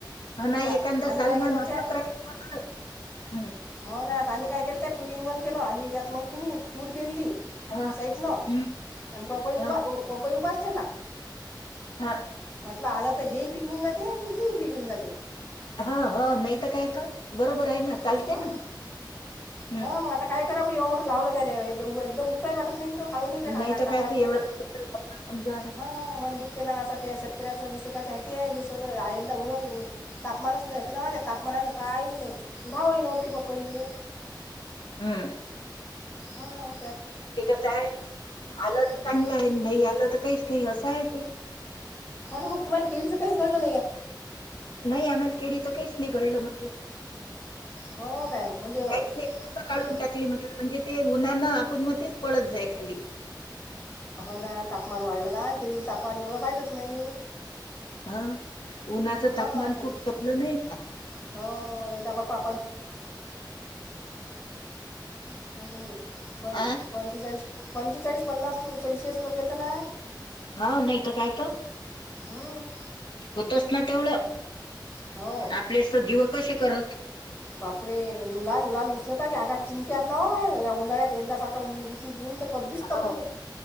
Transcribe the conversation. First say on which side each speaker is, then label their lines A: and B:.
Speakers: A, on the left (about 85°); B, on the left (about 30°).
A: ह ना
B: आता
A: एखादा
B: आम्ही
A: सलमान
B: काय केलं मग त्या
A: असच राहि
B: हो ना आता आम्ही काय केले त्यात टू इन वन केलं आम्ही त्यात तुर पेरली
A: हां.
B: साईट न आणि
A: हं.
B: पपई
A: हां.
B: पपई उबास ठेवला
A: हां.
B: म्हटलं आलं तर हे पिकवून जाते आणि ते पिकऊन जाते
A: हा हा नाही तर काय तर बरोबर आहे ना चालते
B: ह
A: ना. हं.
B: हा मग आता काय कराव ये लावलं त्याला एकदम उठटाही वाटत नाही तो काढून टाका
A: नाही तर काय
B: वाटत
A: तर एवढा
B: नाही ना.
A: समजा
B: हा मन दुखते ना अस शेतकऱ्याचा निसर्गाच्या. निसर्ग यंदा उन तापमानच नाही तापमानान काही नाही. दहा महिन होते पपई ले.
A: हं.
B: हा.
A: ते कसं आहे आलं तर
B: हां
A: चांगलं आहे नाही आलं तर काहीच नाही असं आहे ते.
B: हो ना मग तुम्हाला केळीचं काहीच घडलं नाही का.
A: नाही आम्हाल केळीचं काहीच नाही घडलं म्हटलं.
B: हो काय म्हणजे
A: काहीच नाही पूर्ण काढून
B: ए,
A: टाकली म्हटल म्हणजे. ते उनान आपण मग तेच पडत जाइ खाली.
B: हो ना तापमान वाढलं ना आणि केळी तापमान एवढं पाहिजच नाही.
A: हा. उन्हाचं
B: हां
A: तापमान
B: के
A: खूप तपलं नाही का.
B: हो यंदा बापा हो प
A: आ?
B: पंचेचाळीस. पंचेचाळीस पन्नास सेल्सिअस लोक गेले तर ना.
A: हा नाही तर काय तर
B: हं,
A: होतच ना तेवढं.
B: हो
A: आपलेस जीव कसे करत.
B: बापरे ललाान लहान उष्णता क अंगा. चिंक्यात नावा मा या उन्हाळ्यात यंदा सारखा उन उत उऊन तर कधीच तपलं
A: हो
B: नाही